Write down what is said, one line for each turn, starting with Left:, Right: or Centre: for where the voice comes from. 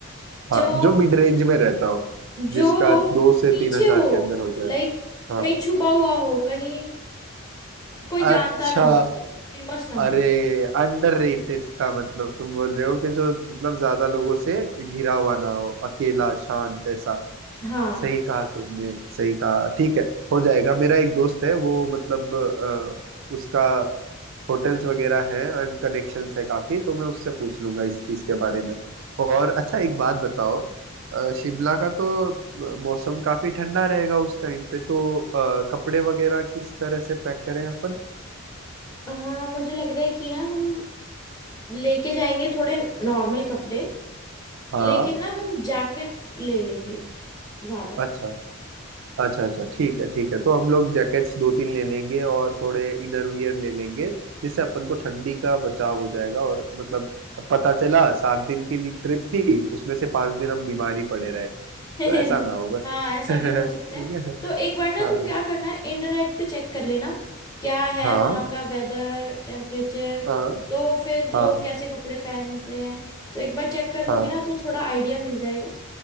Right: हाँ
Left: जो
Right: जो मिड रेंज में रहता हो
Left: जो
Right: जिसका दो से
Left: पीछे
Right: तीन हजार
Left: हो
Right: के अंदर हो जाए
Left: लाइक
Right: हाँ
Left: कहीं छुपा हुआ हो कहीं कोई जानता
Right: अच्छा
Left: ना हो उसे फेमस ना हो
Right: अरे अंडररेटेड का मतलब तुम बोल रहे हो कि जो मतलब ज्यादा लोगों से घिरा हुआ ना हो अकेला शांत ऐसा
Left: हाँ
Right: सही कहा तुमने सही कहा ठीक है हो जाएगा मेरा एक दोस्त है वो मतलब अ, उसका होटल्स वगैरह हैं एंड कनेक्शंस है काफी तो मैं उससे पूछ लूंगा इस चीज के बारे में और अच्छा एक बात बताओ अ, शिमला का तो अ, मौसम काफी ठंडा रहेगा उस टाइम पे तो अ, कपड़े वगैरह किस तरह से पैक करें अपन
Left: अ, मुझे लग रहा है कि ना हम लेके जाएंगे थोड़े नॉर्मल कपड़े
Right: हाँ
Left: लेकिन ना हम जैकेट ले लेंगे ज्यादा
Right: अच्छा अच्छा अच्छा ठीक है ठीक है तो हम लोग जैकेट्स दो तीन ले लेंगे और थोड़े इनर वियर ले लेंगे जिससे अपन को ठंडी का बचाव हो जाएगा और मतलब अब पता चला सात दिन की ट्रिप थी उसमें से पांच दिन हम बीमारी पड़े रहे तो
Left: <laughs>
Right: ऐसा ना हो बस
Left: हाँ ऐसा
Right: <laughs> ठीक
Left: भी हो सकता है
Right: है
Left: तो एक बार ना
Right: हाँ
Left: तुम क्या करना है, इंटरनेट पे चेक कर लेना क्या है
Right: हाँ
Left: वहाँ का वेदर टेम्परेचर
Right: हाँ
Left: तो फिर लोग
Right: हाँ
Left: कैसे कपड़े पहन रहे हैं तो एक बार चेक कर लोगे
Right: हाँ
Left: ना तो थोड़ा आइडिया मिल जाएगा